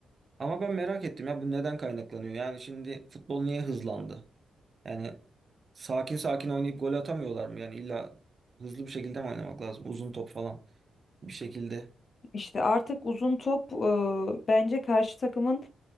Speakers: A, on the right; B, on the left.
A: Ama ben merak ettim ya bu neden kaynaklanıyor? Yani şimdi futbol niye hızlandı? Yani sakin sakin oynayıp gol atamıyorlar mı? Yani illa hızlı bir şekilde mi oynamak lazım? Uzun top falan bir şekilde.
B: İşte artık uzun top e, bence karşı takımın